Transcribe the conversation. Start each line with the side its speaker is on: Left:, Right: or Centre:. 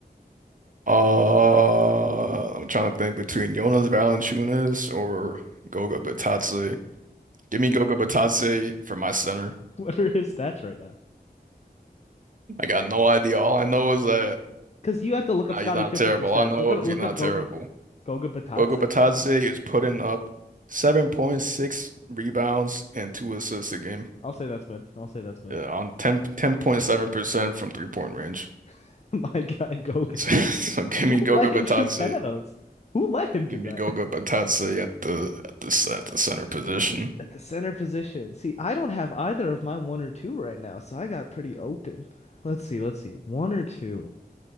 Right: Uh, I'm trying to think between Jonas Valanciunas or Goga Bitadze. Give me Gogo Batase for my center.
Left: what are his stats right now?
Right: I got no idea. All I know is that
Left: Because you have to look up
Right: nah,
Left: Scottie
Right: he's not
Left: Pippen
Right: terrible.
Left: for stats.
Right: All I know
Left: Look up
Right: is
Left: look
Right: he's not
Left: up Goga
Right: terrible.
Left: Goga Batatse.
Right: Gogo Batase is putting up 7.6 rebounds and two assists a game
Left: I'll say that's mid. I'll say that's mid.
Right: uh, on 10, 10.7% from three-point range. <laughs>
Left: <laughs> my guy Goga.
Right: So, so give
Left: Who
Right: me Gogo
Left: let
Right: Batase.
Left: him shoot ten of those? Who let him do
Right: Give
Left: that?
Right: me Gogo Batase at the at the, at the center position.
Left: At the center position. See, I don't have either of my one or two right now, so I got pretty open. Let's see, let's see. One or two.